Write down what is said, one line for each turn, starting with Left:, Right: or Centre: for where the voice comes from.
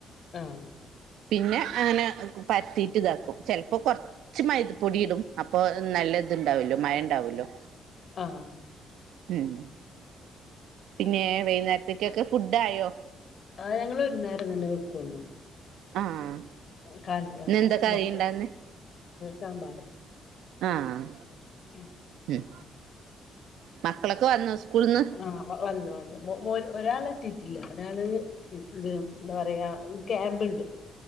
Left: ആഹ്
Right: പിന്നെ അങ്ങനെ പരത്തീട്ട് കോക്കും ചിലപ്പോ കൊ പച്ചി മൈദപൊടിയിടും അപ്പൊ നല്ല ഇതുണ്ടാവല്ലോ മയം ഉണ്ടാവല്ലോ
Left: ആഹ്
Right: ഉം പിന്നെ വൈകുന്നേരത്തേക്കൊക്കെ ഫുഡ ആയോ
Left: ആ് ഞങ്ങള്ൾ ഒരു നേരം തന്നെ വെക്കോള്ളു
Right: ആഹ്
Left: കാൽ
Right: ഇന്ന് എന്താ കറി
Left: മക്ക
Right: ഇണ്ടാന്ന്
Left: സാമ്പാർ
Right: ആഹ്
Left: <inaudible>
Right: ഉം മക്കളൊക്കെ വന്നോ സ്കൂളിൽ നിന്ന്
Left: ആഹ് വന്ന് വന്ന് ഒരാൾ എത്തിയിട്ടില്ല ഒരാള് ഇത് എന്താ പറയാ ക്യാമ്പ്ണ്ട്